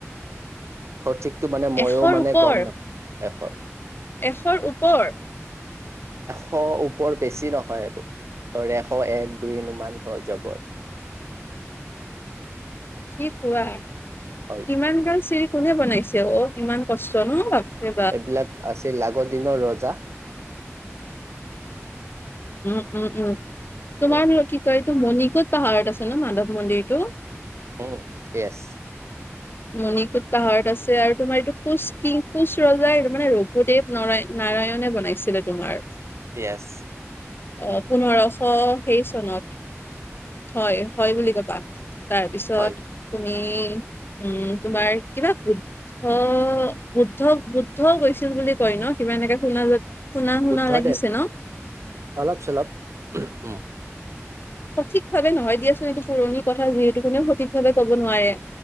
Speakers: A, on the right; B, on the left.
A: সঠিকতো মানে ময়ো
B: এশৰ
A: মানে
B: ওপৰ
A: গম নাপাওঁ এষৰ
B: এশৰ ওপৰ?
A: এশ ওপৰ বেছি নহয় আৰু ধৰ এশ এক দুই ইমান হৈ যাব
B: কি কোৱাহে
A: হয়।
B: কিমান গাল চিৰি কোনে বনাইছে অ, ইমান কষ্ট ন' বাপৰে বাপ
A: এইবিলাক আছিল আগৰ দিনৰ ৰজা।
B: উম-উম-উম তোমাৰ
A: উম
B: লগ কি কয় এতো মনিক ক'ত পাহাৰত আছে ন মাধৱ মন্দিৰটো
A: অহ, য়েচ।
B: মণিকুট পাহাৰত আছে আৰু তোমাৰ এইটো কোচ কিং কোচ ৰজাই মানে ৰঘুদেৱ নৰা নাৰায়ণে বনাইছিলে তোমাৰ।
A: ইয়েচ
B: অ' পোন্ধৰশ সেইই চনত হয় হয় বুলি ক'বা তাৰপিছত
A: হয়।
B: তুমি উম তোমাৰ কিবা বুদ্ধ বুদ্ধ বুদ্ধও গৈছিল বুলি কয় ন কিবা এনেকে শুনা শুনা
A: বুদ্ধদেৱ
B: শুনা লাগিছে ন
A: অলপ চলপ উম
B: সঠিকভাৱে নহয় দিয়াচোন এইটো পুৰণি কথা যিহেতু কোনেও সঠিকভাৱে ক'ব নোৱাৰে